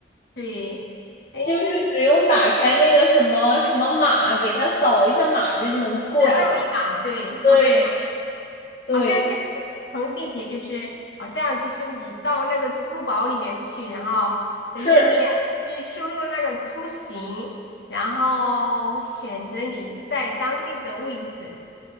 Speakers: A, on the left (about 60°); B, on the left (about 35°).
A: 对，哎，
B: 就是只用打开那个什么什么码，
A: 那你这
B: 给他扫一下码就能过着。
A: 二维码，对，
B: 对
A: 二维码，
B: 对，
A: 好像现在乘地铁就是，好像就是你到那个支付宝里面去，然后的页面去输入那个出行，
B: 是
A: 然后选择你在当地的位置，